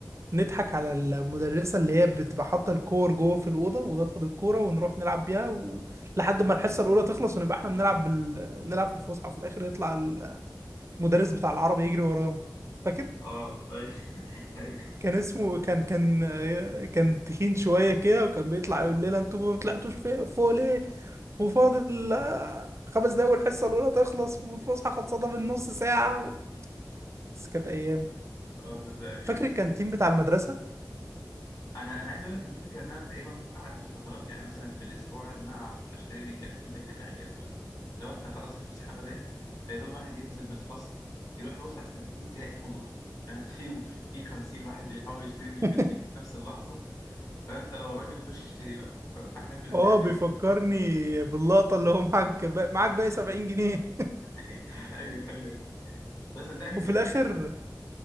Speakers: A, on the right (about 40°); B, on the left (about 50°).
A: نضحك على المدرسه اللي هي بتبقى حاطه الكور جوه في الاوضه وناخد الكوره ونروح نلعب بيها و... لحد ما الحصه الاولى تخلص ونبقى احنا بنلعب بال... نلعب في الفسحه وفي الاخر يطلع المدرس بتاع العربي يجري ورانا فاكر
B: اه ايوه <laughs> ايوه
A: كان اسمه كان كان كان تخين شوية كده وكان بيطلع يقول لنا انتوا ما طلعتوش في- فوق ليه وفاضل آه، خمس دقايق والحصة الأولى تخلص والفسحة خلصانة من نص ساعة و- بس كانت أيام
B: اه صدقني
A: فاكر
B: يعني
A: الكانتين بتاع المدرسة؟
B: انا انا عايز اقول لك انا فاكر ان انا تقريبا قعدت فترات يعني مثلا في الاسبوع ان انا أعرف اشتري من الكانتين ده كان اعجاز بقى لو انت خلاص الفسحه بدات فيا دوب الواحد ينزل من الفصل يروح يبص على الكانتين تلاقي فيه مظاهره فاهم <laughs> في في 50 واحد بيحاول يشتري
A: <laughs>
B: من الكانتين في نفس اللحظه فانت لو راجل خش اشتري بقى فاحنا كنا
A: اه
B: بنعمل
A: بيفكرني
B: ايه
A: باللقطة اللي هو معاك ب- معاك باقي 70 جنيه
B: <laughs> ايوه ايوه ده صدقني
A: وفي
B: بجد
A: الآخر
B: يعني